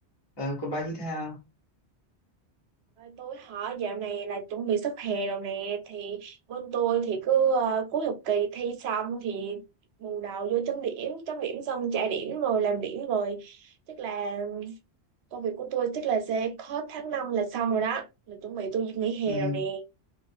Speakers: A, on the left (about 25°); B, on the right (about 70°).
A: Ờ, còn bà như thế nào?
B: Ơi, Tôi hỏi dạo này là chuẩn bị sắp hè rồi nè thì bên tôi thì cứ ờ, cuối học kỳ thi xong thì bù đầu vô chấm điểm, chấm điểm xong trả điểm rồi làm điểm rồi. Chắc là công việc của tôi chắc là sẽ hết tháng 5 là xong rồi đó. Là chuẩn bị tôi nghỉ
A: Ừ.
B: hè rồi nè.